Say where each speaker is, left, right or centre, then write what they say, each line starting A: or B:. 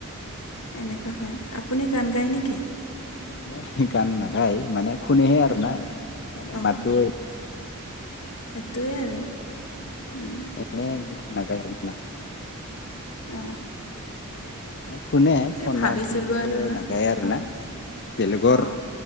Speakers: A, on the left (about 75°); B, on the left (about 50°).
A: এনেকা হয় আপুনি গান গায় নেকি।
B: মই গান নাগায় মানে শুনেহে আৰু
A: অঁ
B: নাই মানে
A: অঁ
B: মাতোই
A: সেইটোৱে আৰু উম।
B: এনে নাগায়। না
A: অ,
B: শুনে ফোনত
A: ভাবিছিলোঁ
B: কিন্তু
A: আৰু ন
B: নাগায় আৰু
A: অঁ
B: না এনে বেলেগৰ
A: অঁ